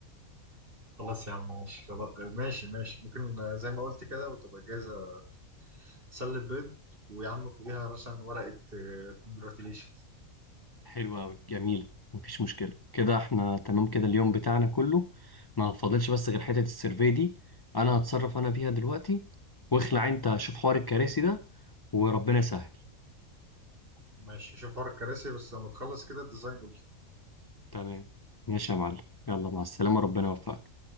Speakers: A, on the right; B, on the left.
A: خلاص يا عم ماشي خلاص ماشي ماشي ممكن آه، زي ما قلت كده وتبقى جاهزه تسلي البيض ويا عم فوقيها مثلا ورقة كونجراتيليشنز
B: حلو قوي جميل مفيش مشكله كده احنا تمام كده اليوم بتاعنا كله ما فاضلش بس غير حته السيرفي دي انا هتصرف انا فيها دلوقتي واخلع انت شوف حوار الكراسي ده وربنا يسهل
A: ماشي شوف حوار الكراسي بس لما تخلص كده الديزاين قول لي
B: تمام ماشي يا معلم يلا مع السلامه ربنا يوفقك